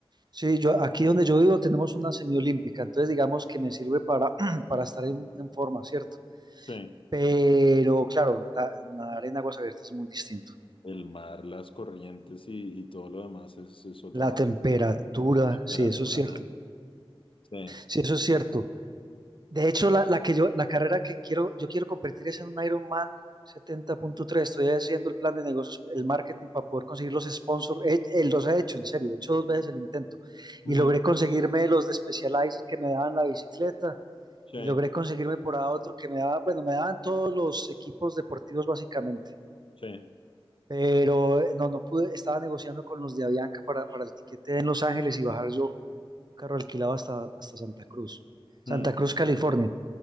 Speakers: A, on the right; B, on the left.
A: Sí, yo aquí donde yo vivo tenemos una semiolímpica, entonces digamos que me sirve para, <clears throat> para estar en, en forma, ¿cierto?
B: Sí.
A: Pero claro, la- nadar en aguas abiertas es muy distinto.
B: El mar, las corrientes y, y todo lo demás es, es otra
A: La
B: vaina,
A: temperatura,
B: temperatura,
A: sí, eso es cierto.
B: ¿no? Sí.
A: Sí, eso es cierto. De hecho, la, la que yo, la carrera que quiero, yo quiero convertir es en un Ironman setenta punto tres. Estoy haciendo el plan de negocios, el marketing para poder conseguir los sponsors. He- eh, los he hecho, en serio, he hecho dos veces el intento.
B: Ujú.
A: Y logré conseguirme los de Specialized que me daban la bicicleta.
B: Sí,
A: Y logré conseguirme por ahí otro que me daba, bueno, me daban todos los equipos deportivos básicamente.
B: sí,
A: Pero eh, no, no pude, estaba negociando con los de Avianca para, para el tiquete en Los Ángeles y bajar yo carro alquilado hasta, hasta Santa Cruz. Santa
B: mm,
A: Cruz, California.